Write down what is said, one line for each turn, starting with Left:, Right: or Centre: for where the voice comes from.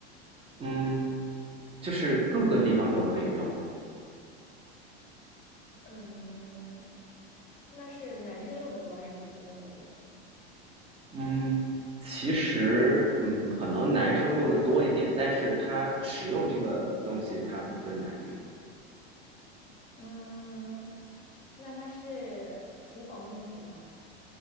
Right: 嗯，就是各个地方都可以用。
Left: 呃，那是男生用的多还是女生用的多？
Right: 嗯，其实，嗯，可能男生用的多一点，但是它使用这个东西，它不分男女，
Left: 嗯，那它是厨房用品吗？